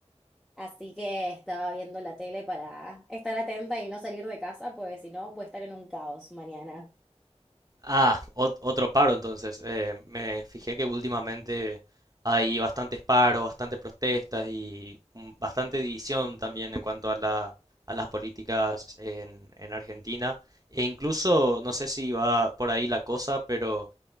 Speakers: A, in the centre; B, on the right.
A: así que estaba viendo la tele para estar atenta y no salir de casa, porque si no voy a estar en un caos mañana.
B: Ah, ot- otro paro entonces. Eh, me fijé que últimamente hay bastantes paros, bastantes protestas y mm, bastante división también en cuanto a la- a las políticas en, en Argentina. E incluso, no sé si va por ahí la cosa, pero